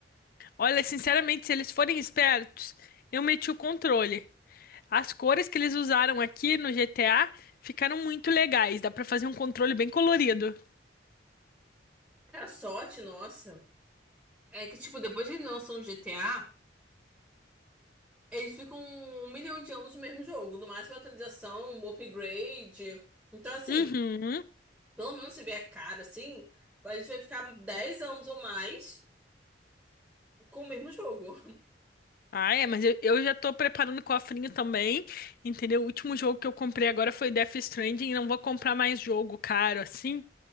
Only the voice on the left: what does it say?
Olha, sinceramente, se eles forem espertos, eu meti o controle. As cores que eles usaram aqui no GTA ficaram muito legais. Dá pra fazer um controle bem colorido.
Uhum.
Ah, é, mas eu, eu já tô preparando o cofrinho também, entendeu? O último jogo que eu comprei agora foi Death Stranding e não vou comprar mais jogo caro, assim,